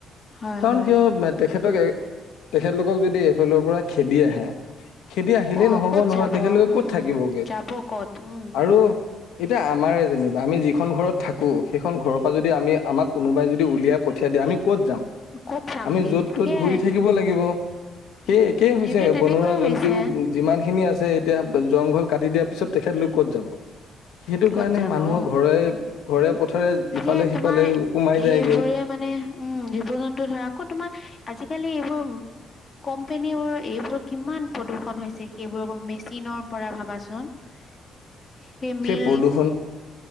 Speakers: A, on the left (about 35°); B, on the left (about 80°).
A: হয়
B: কাৰণ
A: হয়
B: কিয় তেখেতক তেখেতলোকক যদি এফালৰ পৰা খেদি আহে। খেদি আহিলেই
A: ক
B: নহ'ব
A: ক'ত
B: নহয়
A: যাব,
B: তেখেতলোকে
A: উম,
B: ক'ত থাকিবগে
A: যাব ক'ত উম।
B: আৰু এতিয়া আমাৰে যেনিবা আমি যিখন ঘৰত থাকো <unintelligible> সেইখন ঘৰৰ পৰা যদি আমি আমাক কোনোবাই যদি উলিয়াই পঠিয়াই দিয়া আমি ক'ত যাম,
A: ক'ত চামগেত
B: আমি য'ত ত'ত
A: সেয়াই
B: ঘূৰি থাকিব লাগিব, সেই
A: উম
B: একেই হৈছে
A: সেইটো তেনেকুৱাই
B: বনৰীয়া
A: হৈছে
B: জন্তুও যিমান খিনি আছে। এতিয়া জংঘল কাটি দিয়াৰ পিছত তেখেতলোক ক'ত যাব? সেইটো
A: ক'ত
B: কাৰণে
A: যাব
B: মানুহৰ
A: অ',
B: ঘৰে ঘৰে, পথাৰে
A: সেয়ে
B: ইফালে সিফালে
A: তোমাৰ
B: সোমাই
A: সেইবোৰে
B: যায়গে
A: মানে, উম জীৱ জন্তু ধৰা, আকৌ তোমাৰ আজিকালি এইবোৰ কোম্পনী বোৰৰ এইবোৰ কিমান প্ৰদূৰ্ষন হৈছে সেইবোৰ মেচিনৰ পৰা ভাবাচোন। <inaudible> এমিল
B: সেই কাৰণে